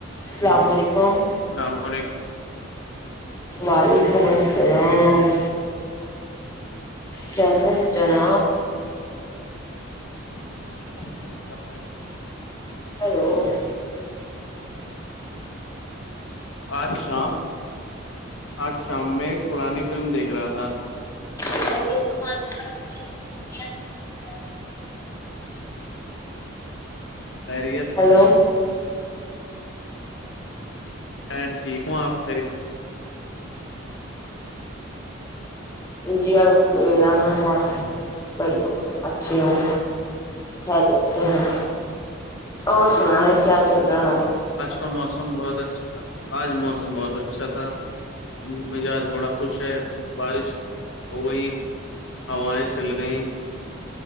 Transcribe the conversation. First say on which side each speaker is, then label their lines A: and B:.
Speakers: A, on the left (about 15°); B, on the left (about 70°).
A: السلام علیکم
B: اللام علیکم
A: وعلیکم السلام کیسے ہیں جناب
B: <inaudible>
A: ہو <unintelligible>
B: آج شام آج شام میں پرانی فلم دیکھ رہا تھا
A: خیریت معلوم کر لو پہلے خریت کو معلوم کر لو
B: خیریت
A: ہلو
B: میں ٹھیک ہوں آپ خری
A: جی الحمد للہ میں بہت بڑھیا ہوں اچھی ہوں جیے ہیں اور سنا ہے کیا چل ہ ہ <inaudible>
B: کا موسم بہت اچھا تھا آج موسم بہت اچھا تھا مجاج بڑا خوش ہے بارش ہو گئی ہوائیں چل گئ